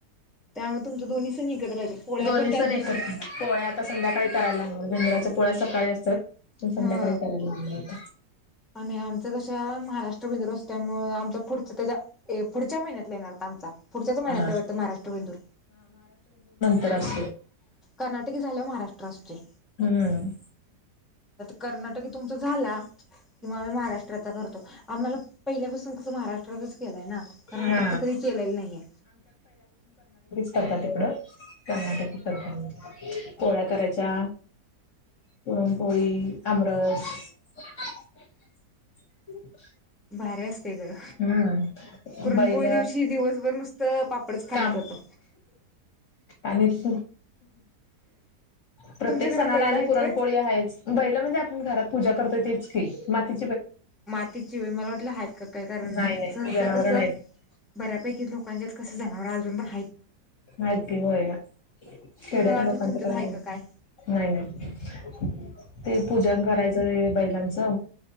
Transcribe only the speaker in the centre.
त्यामुळे तुमचं दोन्ही सण एकत्र राहते पोळ्या
पण त्याच
दिवशीच
हा
आणि आमच कश्या महाराष्ट्र बेंदूर असत त्यामुळे आमच्या पुढच्या त्याच्या ए पुढच्या महिन्यातला येणार आमचा पुढच्याच महिन्यात
आहे वाटत महाराष्ट्र बेंदूर
कर्नाटकी झाल्यावर महाराष्ट्र असते
कर्नाटकी तुमचा झाला की आम्ही महाराष्ट्राचा करतो आम्हाला पहिल्यापासून कस महाराष्ट्रातच केलाय ना कर्नाटकचा
कधी केलेला नाहीये
भारी असते घर
पुरणपोळी
दिवशी दिवसभर नुसतं पापडच खाण्यात
जातो
तुमच्या घरात
बैल
आहेत
व्हय
माती ची व्हय मला वाटल कारण
सहसा
कस
बऱ्यापैकी लोकांच्या कस जनावर अजून रा
म्हणून
मला वाटलं
तुमच्यात आहे
का काय